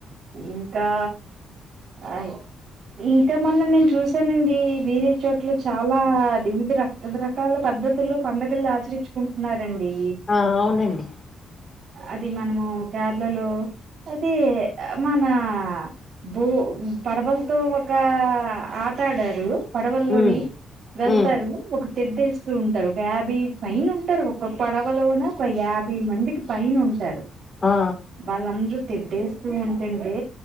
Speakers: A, on the right; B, on the left.
A: ఇంకా అయ్ ఇంకా మొన్న నేను చూసానండి వేరే చోట్లు చాలా వివిధ రకాల రకాల పద్ధతుల్లో పండుగలు ఆచరించుకుంటున్నారండి.
B: ఆ అవునండి
A: అది మనము కేరళ లో అది మన భూ పడవలతో ఒక ఆట ఆడారు పడవల్లోని
B: హ్మ్
A: వెళ్తారు.
B: హ్మ్
A: ఒక తెడ్డు ఏస్తూ ఉంటారు. ఒక యాభై పైన ఉంటారు. ఒక పడవలోన ఒక యాభై మందికి పైన ఉంటారు.
B: ఆ
A: వాళ్ళందరు తిడ్డేస్తూనే ఉంటుంటే